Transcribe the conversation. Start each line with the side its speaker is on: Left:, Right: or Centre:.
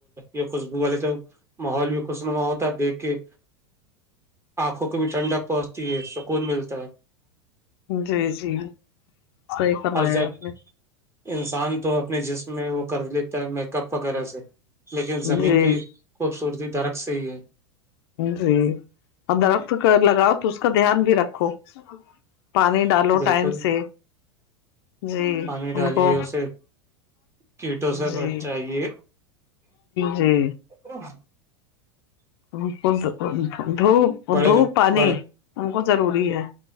Right: یہ خوشبو والے تو ماحول بھی خوشنما ہوتا ہے دیکھ کے آنکھوں کو بھی ٹھنڈک پہنچتی ہے سکون ملتی
Left: جی جی صحیح فرمایا
Right: ہر جب
Left: آپ نے
Right: انسان تو اپنے جسم میں وہ کر لیتا ہے میک اپ وغیرہ سے لیکن زمین
Left: جی
Right: کی خوبصورتی درخت سے ہی ہے
Left: جی اور درخت کا لگاؤ تو اس کا دھیان بھی رکھو پانی ڈالو
Right: بالکل
Left: ٹائم سے جی
Right: پانی ڈالیے
Left: ان کو
Right: اسے کیٹوں سے بچائیے
Left: جی جی
Right: ا
Left: ان کو دھوپ
Right: بڑے
Left: دھوپ پانی
Right: بڑے
Left: ان کو ضروری ہے